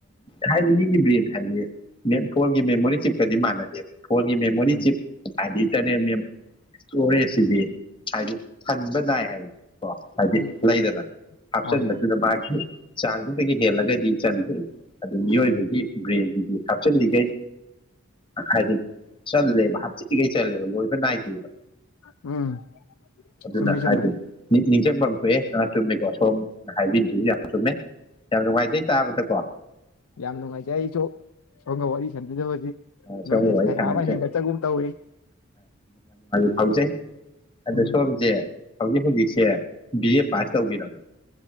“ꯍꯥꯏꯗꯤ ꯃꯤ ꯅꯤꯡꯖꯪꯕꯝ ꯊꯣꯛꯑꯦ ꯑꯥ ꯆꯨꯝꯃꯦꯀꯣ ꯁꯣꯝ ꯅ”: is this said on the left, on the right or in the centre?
Left